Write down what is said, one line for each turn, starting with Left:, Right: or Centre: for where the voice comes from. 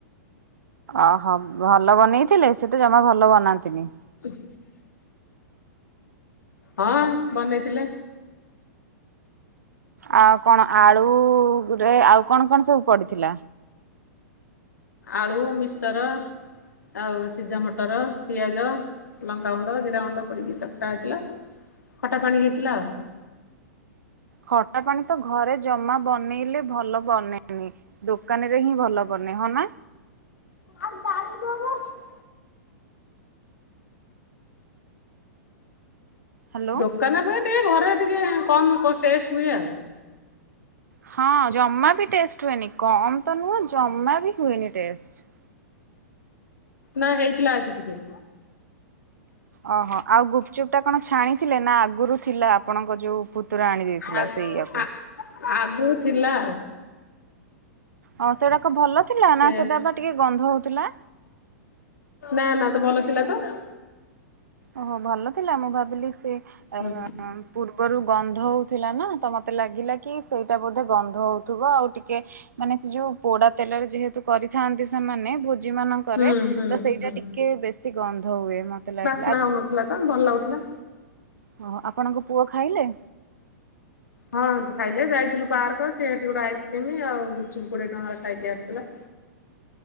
Right: ଅହଃ ଭଲ ବନେଇଥିଲେ। ସେ ତ ଜମା ଭଲ ବନାନ୍ତିନି।
Left: <unintelligible> ହଁ ବନେଇଥିଲେ।
Right: ଆଉ କଣ ଆଳୁ ଗୁରେ। ଆଉ କଣ କଣ ସବୁ ପଡିଥିଲା?
Left: ଆଳୁ, ମିକ୍ସଚର, ଆଉ ସିଝା ମଟର, ପିଆଜ। ଲଙ୍କା ଗୁଣ୍ଡ, ଜିରା ଗୁଣ୍ଡ ପଡିକି ଚକଟା ହେଇଥିଲା। ଖଟା ପାଣି ହେଇଥିଲା ଆଉ।
Right: ଖଟା ପାଣି ତ ଘରେ ଜମା ବନେଇଲେ ଭଲ ବନେନି। ଦୋକାନ ରେ ହିଁ ଭଲ ବନେ। ହଁ ନା?
Left: ଆଉ <unintelligible> ଅଛି?
Right: ହ୍ୟାଲୋ
Left: ଦୋକାନ ଅପେକ୍ଷା ଟିକେ ଘରେ ଟିକେ କମ କ ଟେଷ୍ଟ ହୁଏ ଆଉ।
Right: ହଁ ଜମା ବି ଟେଷ୍ଟ ହୁଏନି। କମ ତ ନୁହଁ ଜମା ବି ହୁଏନି ଟେଷ୍ଟ।
Left: ନା ହେଇଥିଲା ଆଜି ଟିକେ।
Right: ଓହୋ ଆଉ ଗୁପଚୁପ୍ ଟା କଣ ଛାଣି ଥିଲେ ନା ଆଗରୁ ଥିଲା ଆପଣଙ୍କ ଯୋଉ ପୁତୁରା ଆଣି ଦେଇଥିଲା
Left: ଆ
Right: ସେଇୟଆକୁ।
Left: ଆ ଆଗରୁ ଥିଲା।
Right: ଓ ସେଗୁଡାକ ଭଲ ଥିଲା
Left: ସେଇଆ
Right: ନା ସେଟା ବା ଟିକେ ଗନ୍ଧ ହଉଥିଲା?
Left: ନା ନା ତ ଭଲ ଥିଲା ତ।
Right: ଓହୋ ଭଲ ଥିଲା ମୁଁ ଭାବିଲି ସେ ଏ
Left: ହୁଁ
Right: ଅଁ ପୂର୍ବରୁ ଗନ୍ଧ ହେଉଥିଲା ନା ତ ମୋତେ ଲାଗିଲା କି ସେଇଟା ବୋଧେ ଗନ୍ଧ ହେଉଥିବ ଆଉ ଟିକେ ମାନେ ସେ ଯୋଉ ପୋଡା ତେଲରେ ଯେହେତୁ କରିଥାନ୍ତି ସେମାନେ ବୋହୁ ଜି ମାଙ୍କରେ
Left: ହୁଁ
Right: ତ
Left: ହୁଁ
Right: ସେଇଟା
Left: ହୁଁ
Right: ଟିକେ ବେଶି ଗନ୍ଧ ହୁଏ ମତେ ଲାଗେ
Left: ନା ହୋଉନଥିଲା ତ ଭଲ ଲାଗୁଥିଲା।
Right: ଓ ହୋ ଆପଣଙ୍କ ପୁଅ ଖାଇଲେ?
Left: ହଁ ଖାଇଲେ ଯାଇଥିଲୁ ପାର୍କ ସି ସେଠି ଗୋଟେ ଆଇସ୍କ୍ରିମ୍ ଆଉ ଗୁପଚୁପ କୋଡିଏ ଟଙ୍କାରେ ଖାଇକି ଆସିଥିଲା।
Right: <inaudible>